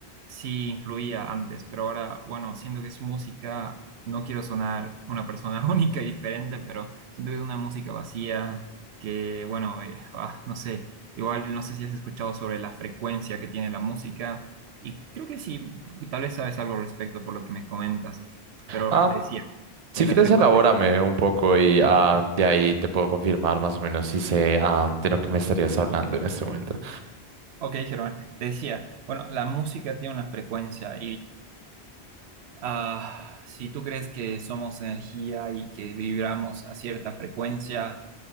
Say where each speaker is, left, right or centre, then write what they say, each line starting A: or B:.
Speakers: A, on the right; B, on the right.
A: sí influía antes, pero ahora, bueno, siento que es música, no quiero sonar una persona <laughs> única y diferente, pero siento que es una música vacía, que, bueno, eh, ah, no sé, igual no sé si has escuchado sobre la frecuencia que tiene la música, y creo que sí, tal vez sabes algo al respecto por lo que me comentas, pero
B: Ah,
A: te decía
B: si
A: que la
B: quieres,
A: frecuencia...
B: elabórame un poco y ah, de ahí te puedo confirmar más o menos si sé ah, de lo que me estarías hablando en este momento.
A: Ok, Germán, te decía, bueno, la música tiene una frecuencia Ah, si tú crees que somos energía y que vibramos a cierta frecuencia,